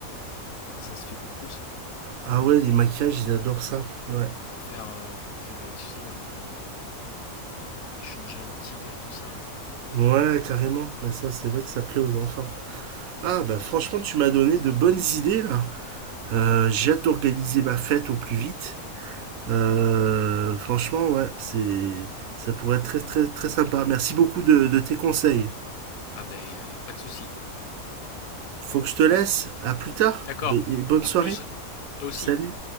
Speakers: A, on the left; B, on the right.
A: Ça, ça se fait beaucoup ça.
B: Ah ouais, les maquillages, ils adorent ça. Ouais.
A: Pour faire, euh, pour que les, tu sais, leur- les, échanger en tigre et tout ça là.
B: Ouais, carrément. Bah ça, c'est vrai que ça plaît aux enfants. Ah bah franchement, tu m'as donné de bonnes idées là. Euh, j'ai hâte d'organiser ma fête au plus vite. Euh, franchement, ouais, c'est ça pourrait être très très très sympa. Merci beaucoup de, de tes conseils.
A: Ah ben, euh, pas de souci.
B: Faut que je te laisse. À plus tard.
A: D'accord.
B: Et et bonne
A: À
B: soirée.
A: plus. Toi aussi.
B: Salut.